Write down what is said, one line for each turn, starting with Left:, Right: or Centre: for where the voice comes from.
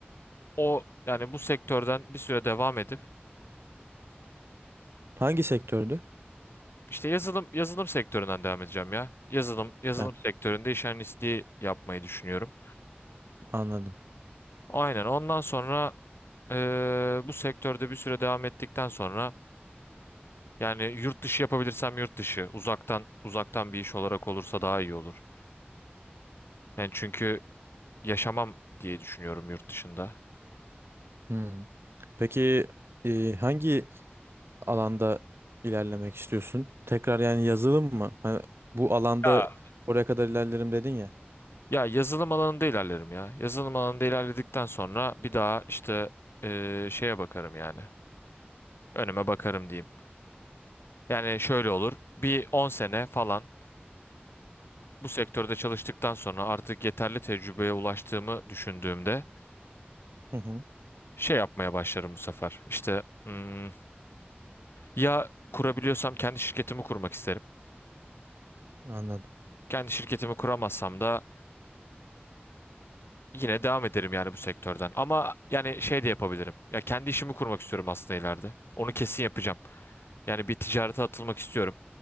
Left: o yani bu sektörden bir süre devam edip
Right: Hangi sektördü?
Left: işte yazılım yazılım sektöründen devam edeceğim ya. Yazılım yazılım
Right: Ha,
Left: sektöründe iş analistliği yapmayı düşünüyorum.
Right: anladım.
Left: Aynen ondan sonra eee, bu sektörde bir süre devam ettikten sonra yani yurt dışı yapabilirsem yurt dışı uzaktan uzaktan bir iş olarak olursa daha iyi olur. Yani çünkü yaşamam diye düşünüyorum yurt dışında.
Right: Hmm. Peki e, hangi alanda ilerlemek istiyorsun? Tekrar yani yazılım mı? Hani bu alanda
Left: Ya
Right: oraya kadar ilerlerim dedin ya.
Left: Ya yazılım alanında ilerlerim ya. Yazılım alanında ilerledikten sonra bir daha işte eee, şeye bakarım yani. Önüme bakarım diyeyim. Yani şöyle olur. Bir 10 sene falan bu sektörde çalıştıktan sonra artık yeterli tecrübeye ulaştığımı düşündüğümde
Right: Hı hı.
Left: şey yapmaya başlarım bu sefer. İşte hmm, ya kurabiliyorsam kendi şirketimi kurmak isterim.
Right: Anladım.
Left: Kendi şirketimi kuramazsam da yine devam ederim yani bu sektörden. Ama yani şey de yapabilirim. Ya kendi işimi kurmak istiyorum aslında ileride. Onu kesin yapacağım. Yani bir ticarete atılmak istiyorum.